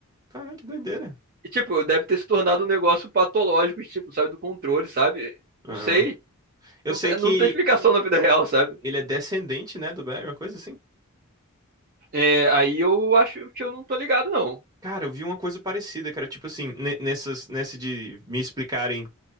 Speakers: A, on the right; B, on the right.
A: Caralho, que doideira.
B: E, tipo, deve ter se tornado um negócio patológico, tipo, sabe, do controle, sabe?
A: Aham.
B: Não sei.
A: Eu
B: Não
A: sei
B: tem,
A: que
B: não tem explicação na vida real, sabe?
A: ele é descendente, né, do Barry, uma coisa assim.
B: É, aí eu acho que eu não tô ligado, não.
A: Cara, eu vi uma coisa parecida, cara. Tipo assim, ne- nessas, nesse de me explicarem